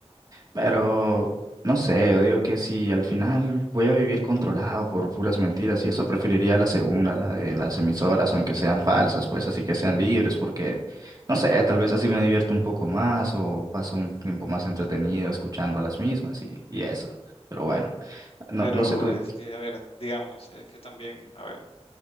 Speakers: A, on the right; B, on the left.
A: Pero no sé, yo digo que si al final voy a vivir controlado por puras mentiras y eso preferiría la segunda, la de las emisoras, aunque sean falsas, pues así que sean libres, porque no sé, tal vez así me divierto un poco más o paso un tiempo más entretenido escuchando a las mismas y, y eso. Pero bueno, no,
B: Pero
A: no sé tú,
B: es que, a ver, digamos, es que también, a ver,